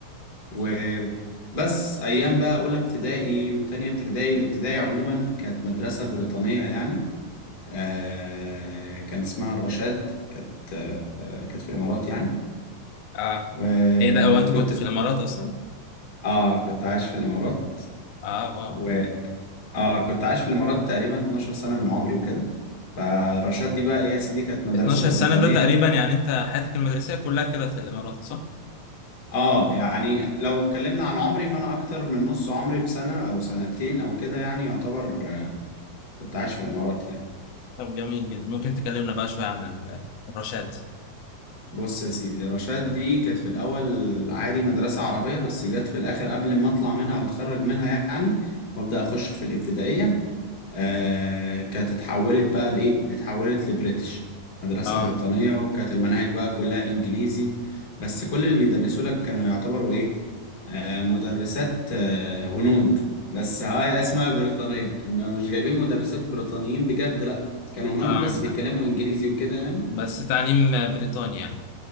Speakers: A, on the left; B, on the left.
A: وبس ايام بقى اولى ابتدائي وتانية ابتدائي الابتدائي عموما كانت مدرسه بريطانيه يعني آه، كان اسمها الرشاد كانت آه، كانت في الامارات يعني
B: اه
A: وكنت
B: ايه ده هو انت كنت في الامارات اصلا؟
A: اه كنت عايش في الامارات
B: اه واو
A: و اه كنت عايش في الامارات تقريبا 12 سنه من عمري وكده فرشاد دي بقى ايه يا سيدي كانت مدرسه
B: 12
A: بريطانيه
B: سنة ده تقريبا يعني انت حياتك المدرسية كلها كده في الامارات صح؟
A: اه يعني لو اتكلمنا عن عمري فانا اكتر من نص عمري بسنه او سنتين او كده يعني يعتبر آه، كنت عايش في الامارات يعني
B: طب جميل جدا ممكن تكلمنا بقى شوية عن ال- الرشاد
A: بص يا سيدي رشاد دي كانت في الأول عادي مدرسة عربية بس جت في الآخر قبل ما أطلع منها وأتخرج منها يعني وأبدأ أخش في الابتدائية آه كانت اتحولت بقى لإيه؟ اتحولت لبريتش مدرسة
B: اه
A: بريطانية وكانت المناهج بقى كلها إنجليزي بس كل اللي بيدرسوا لك كانوا يعتبروا إيه؟ آه مدرسات آه هنود بس هاي اسمها بريطانية إنه مش جايبين مدرسات بريطانيين بجد لأ كانوا هنود
B: اه
A: بس بيتكلموا
B: آه.
A: إنجليزي وكده يعني
B: بس تعليم بريطاني يعني